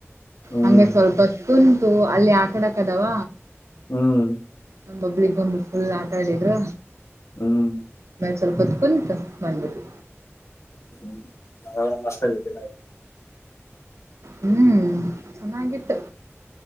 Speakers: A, on the left (about 75°); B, on the right (about 80°).
A: ಹ್ಮ್
B: ಹಂಗೆ ಸ್ವಲ್ಪ ತುನ್ ಅಲ್ಲಿ ಆಟ ಆಡಕ್ ಅದಾವ
A: ಹ್ಮ್
B: ನ ಪಬ್ಲಿಕ್ ಒಂದ ಫುಲ್ ಆಟ ಆಡಿದ್ರು
A: ಹ್ಮ್
B: ಸ್ವಲ್ಪತ್ ಕುಂತ ಬಂದ್ಬಿಟ್ಟು
A: ಹ್ಮ್ ನಾವ ಮಷ್ಟ ಆಗಿದ್ದ
B: ಹ್ಮ್ ಚೆನ್ನಾಗಿತ್ತು